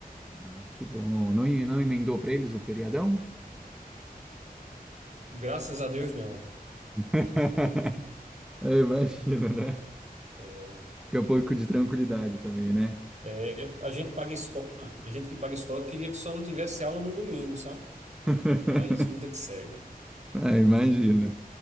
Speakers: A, in the centre; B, on the right.
A: ah, que bom. Não, em- não emendou pra eles o feriadão?
B: Graças a Deus, não.
A: <laughs> É, imagina, né?
B: É,
A: Que é um pouco de tranquilidade também, né?
B: é, a gente paga escola, a gente que paga escola queria que só não tivesse aula no domingo, sabe?
A: <laughs>
B: Mas vida que segue.
A: Ah, imagina,